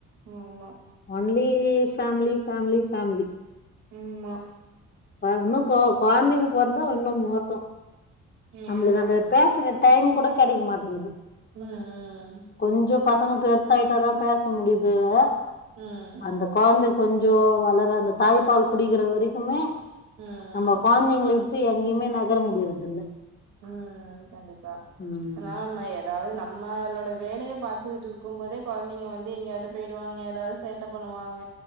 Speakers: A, on the right (about 85°); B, on the left (about 35°).
A: ஆமா
B: ஒன்லி ஃபேமிலி ஃபேமிலி ஃபேமிலி
A: ஆமா
B: பா இன்னு கோ கொழந்தைங்க பொறந்தா இன்னு மோச
A: ம்
B: நம்மளுக்கு
A: ஆமா
B: அந்த பேசுற டைம் கூட கெடைக்க மாட்டேங்குது
A: ம் ம்
B: கொஞ்ஜோ பசங்க பெருசாயிட்டாதா பேச முடியுதுல
A: ம்
B: அந்த கொழந்தை கொஞ் ஜோ வளர அந்த தாய்ப்பால் குடிக்கிற வரைக்குமே
A: ம்
B: நம்ம கொழந்தைங்கள வி ட்டு எங்கேயுமே நகர முடியரதுல்ல
A: ம் கண்டிப்பா
B: ம்
A: ஏனா நம் எ அதாவது நம்மளோட வேலையை பாத்துட்ருக்கும் போதே கொழந்தைங்க வந்து எங்கயாவது போயிடுவாங்க ஏதாவது சேட்டை பண்ணுவாங்க